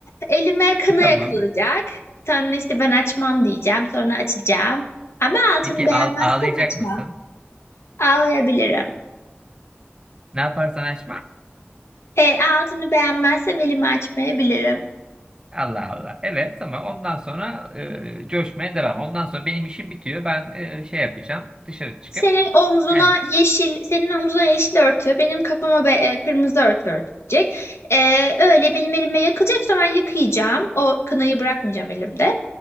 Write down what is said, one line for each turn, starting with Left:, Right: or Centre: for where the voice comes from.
Left: elime kına
Right: Tamam.
Left: yakılacak. Sonra işte ben açmam diyeceğim. Sonra açacağım. Ama altını
Right: Peki
Left: beğenmezsem
Right: ağ- ağlayacak
Left: açmam.
Right: mısın?
Left: Ağlayabilirim.
Right: Ne yaparsan aşma
Left: E, altını beğenmezsem elimi açmayabilirim.
Right: Allah Allah. Evet tamam. Ondan sonra e, coşmaya devam. Ondan sonra benim işim bitiyor. Ben e, şey yapacağım. Dışarı çıkıp
Left: Senin omzuna
Right: yani
Left: yeşil, senin omzuna yeşil örtü, benim kafama be, e, kırmızı örtü örtülecek. E, öyle benim elime yakılacaksa ben yıkayacağım. O kınayı bırakmayacağım elimde.